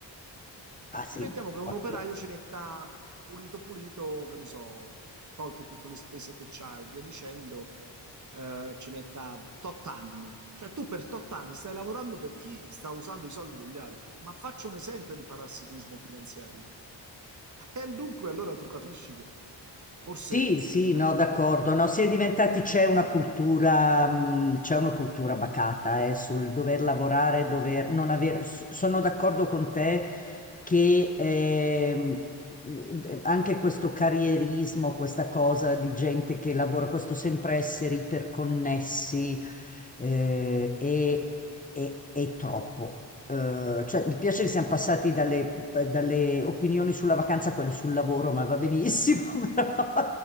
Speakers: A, on the left; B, on the right.
A: Ah sì.
B: Mettiamo che un
A: vabbè.
B: operaio ci metta pulito pulito, che ne so, tolte tutte le spese che c'ha e via dicendo, eh, ci metta tot anni. Cioè tu per tot anni stai lavorando per chi sta usando i soldi degli altri. Ma faccio un esempio di parassitismo finanziario. <laughs> E dunque allora tu capisci che forse
A: Sì, sì,
B: eh,
A: no, d'accordo. No, si è diventati, c'è una cultura, mh, c'è una cultura bacata, eh, sul dover lavorare, dover non avere. s- Sono d'accordo con te che ehm, eh, anche questo carrierismo, questa cosa di gente che lavora, questo sempre essere iperconnessi eh, è, è- è troppo. Eh, cioè, mi piace che siamo passati dalle, dalle opinioni sulla vacanza a quelle sul lavoro, ma va benissimo, <laughs> però,